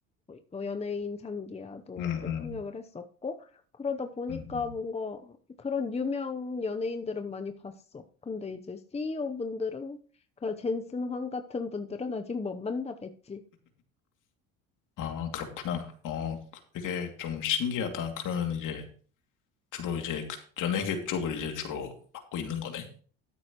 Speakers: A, on the left; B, on the left.
A: 뭐 연예인 장기야도
B: 음, 음,
A: 이제 통역을 했었고, 그러다 보니까
B: 음, 음.
A: 뭔가 그런 유명 연예인들은 많이 봤어. 근데 이제 CEO 분들은, 그런 젠슨 황 같은 분들은 아직 못 만나뵀지.
B: 아, 그렇구나. 어, 되게 좀 신기하다. 그러면 이제 주로 이제 그 연예계 쪽을 이제 주로 맡고 있는 거네.